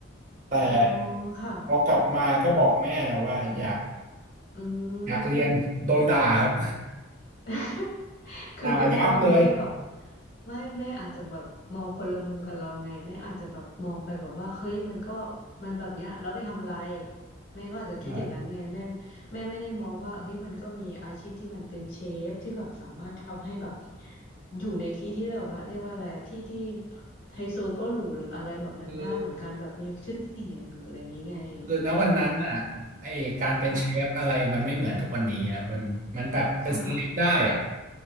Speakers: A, on the right; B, on the left.
A: แต่
B: อ๋อค่ะ
A: พอกลับมาก็บอกแม่นะว่าอยาก
B: อื
A: อยากเรียนโดนด่าครับ
B: ม <laughs>
A: <laughs>
B: คือก็แม่ก็ไม่ได้แบบ
A: ด่ายับเลย
B: ไม่แม่อาจจะแบบมองคนละมุมกับเราไงแม่อาจจะแบบมองไปแบบว่าเฮ้ยมันก็มันแบบเนี้ยแล้วไปทำอะไรแม่ก็อาจจะคิดอย่างนั้นไงแม่
A: อ่า
B: แม่ไม่ได้มองว่าเฮ้ยมันก็มีอาชีพที่มันเป็นเชฟที่แบบสามารถทำให้แบบอยู่ในที่ที่แบบว่าเรียกว่าอะไรอะที่ที่ไฮโซก็หรูหรืออะไรแบบนั้นได้เหมือนกันแบบมีชื่อเสียงหรืออะไรอย่างงี้ไง
A: คือคือณวันนั้นอ่ะไอการเป็นเชฟอะไรมันไม่เหมือนทุกวันนี้อ่ะมันมันแบบเป็นเซเลบได้อ่ะ
B: อืมค่ะค่ะ